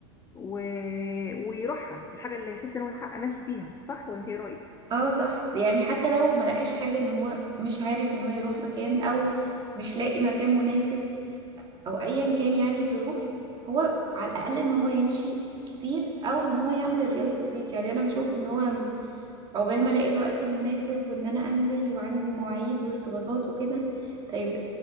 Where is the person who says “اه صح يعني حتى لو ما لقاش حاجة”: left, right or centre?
Right